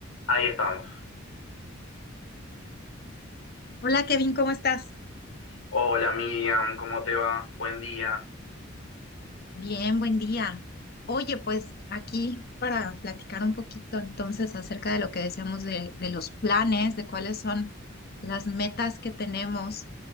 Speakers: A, on the left; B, on the left.
A: Ahí estamos.
B: Hola Kevin, ¿cómo estás?
A: Hola Miriam, ¿cómo te va? Buen día.
B: Bien, buen día. Oye, pues aquí para platicar un poquito entonces acerca de lo que decíamos de, de los planes, de cuáles son las metas que tenemos.